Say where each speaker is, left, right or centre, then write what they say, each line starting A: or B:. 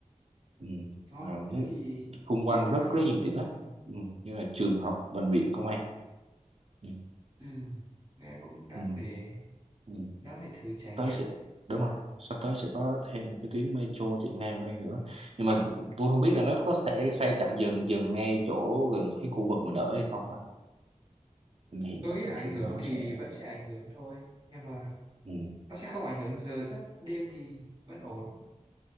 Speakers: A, on the right (about 55°); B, on the right (about 30°).
A: ừ.
B: Đó,
A: và nó-
B: thế thì
A: xung
B: tiện
A: quanh rất
B: quá nhở.
A: rất nhiều tiện ích ừ. như là trường học bệnh viện công an ừ.
B: Ừ, nghe cũng đáng
A: Ừ.
B: để
A: Ừ.
B: đáng để thử trải
A: Sắp tới
B: nghiệm.
A: sẽ đúng rồi sắp tới sẽ có thêm một cái tuyến metro chạy ngang qua đây nữa nhưng mà tôi không biết là nó có sẽ xây chậm dần dần ngay chỗ gần cái khu vực mình ở hay không thôi nhưng mà hiện
B: Tôi
A: tại
B: nghĩ là ảnh
A: thì
B: hưởng
A: nó
B: thì
A: sẽ
B: vẫn sẽ ảnh hưởng thôi, nhưng mà
A: ừ.
B: nó sẽ không ảnh hưởng giờ giấc đêm thì vẫn ổn.